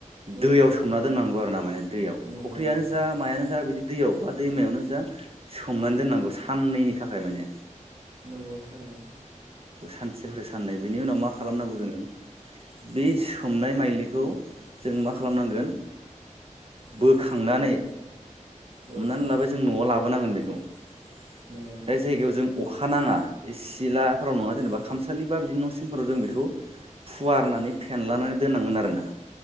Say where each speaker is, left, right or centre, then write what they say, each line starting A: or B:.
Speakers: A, on the right; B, on the right.
A: औ
B: दैयाव
A: औ
B: सोमना दोननांगौ आरो ना माने दैयाव
A: नंगौ
B: फुख्रियानो
A: नंगौ
B: जा मायानो जा बिदि दैयाव बा दैमायावनो जा सोमनानै दोननांगौ साननैनि थाखाय माने।
A: नंगौ थारैनो।
B: सानसे हरै साननै बिनि उनाव मा खालामनांगौ जोङो। बे सोमनाय माइलिखौ जों मा खालामनांगोन? बोखांनानै हमनानै
A: औ औ
B: लाबाय जों न'आव लाबोनांगोन बेखौ <inaudible>
A: नंगौ नंगौ
B: जाय जायगायाव जों अख खानाङा सिलाफोराव नङा जेनेबा खामसालि बा बिदिनो न'सिमफोराव जों बेखौ फुवारनानै फेनलानानै दोननांगोन आरो ना।